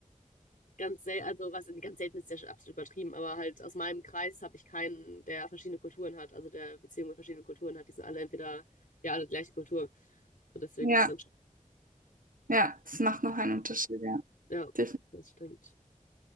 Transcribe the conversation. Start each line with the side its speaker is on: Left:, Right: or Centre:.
Left: ganz selten, also was ganz selten ist, ja schon absolut übertrieben, aber halt aus meinem Kreis habe ich keinen, der verschiedene Kulturen hat, also der Beziehung mit verschiedenen Kulturen hat. Die sind alle entweder, ja, alle die gleiche Kultur. So deswegen,
Right: Ja,
Left: das ist dann schon,
Right: ja, das macht noch einen Unterschied, ja.
Left: ja,
Right: Definitiv.
Left: das stimmt.